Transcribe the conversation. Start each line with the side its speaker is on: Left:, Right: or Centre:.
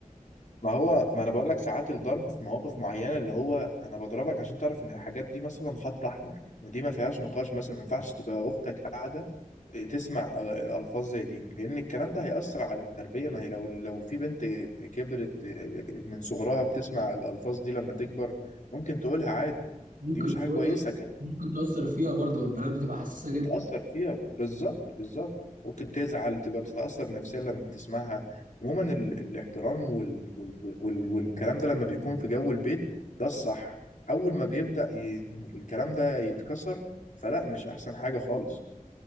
Left: ما هو ما انا بقول لك ساعات الضرب في مواقف معينه اللي هو انا بضربك عشان تعرف ان الحاجات دي مثلا خط احمر ما دي ما فيهاش نقاش مثلا ما ينفعش تبقى اختك قاعده إيه، تسمع آه، الفاظ زي دي لان الكلام ده هيأثر على التربيه ما هي لو لو في بنت كبرت آه، من صغرها بتسمع الالفاظ دي لما تكبر ممكن تقولها عادي
Right: ممكن
Left: ودي مش حاجه
Right: تقول-
Left: كويسه
Right: ممكن تأثر فيها برضه والبنات بتبقى حساسة جدا
Left: متأثر فيها بالظبط بالظبط ممكن تزعل تبقى بتتأثر نفسيا لما بتسمعها عموما ال... الاحترام وال... وال... وال... والكلام ده لما بيكون في جو البيت ده الصح أول ما بيبدأ ي... الكلام ده يتكسر فلا مش أحسن حاجة خالص